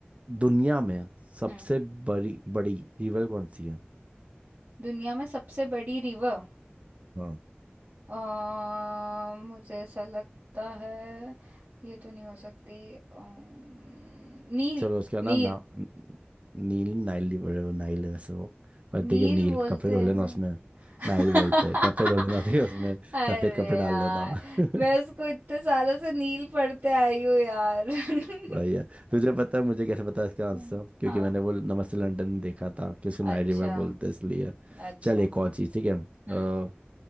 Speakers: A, on the right; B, on the right.
A: दुनिया में सबसे
B: हम्म
A: बड़ी बड़ी रिवर कौन सी है
B: दुनिया में सबसे बड़ी रिवर
A: हाँ
B: आ, मुझे ऐसा लगता है ये तो नहीं हो सकती अम्म, नील
A: चलो उसका नाम
B: नील
A: ना न- नील नाइल रिवर है वो नाइल है वैसे वो पर
B: नील
A: ठीक है नील
B: बोलते
A: कपड़े धो
B: हैं
A: लेना
B: ना
A: उसमें
B: <laughs>
A: नाइल बोलते हैं कपड़े धो लेना <laughs> ठीक है उसमें
B: अरे
A: सफेद कपड़े डाल
B: यार!
A: लेना <laughs>
B: मैं उसको इतने सालों से नील पढ़ते आई हूँ यार। <laughs>
A: भैया तुझे पता है मुझे कैसे पता है इसका आंसर
B: हुँ।
A: क्योंकि
B: हाँ,
A: मैंने वो नमस्ते लंदन देखा था कि उसको नाइट
B: अच्छा,
A: रिवर बोलते हैं इसलिए
B: अच्छा।
A: चल एक और चीज़ ठीक है अ,
B: हुँ,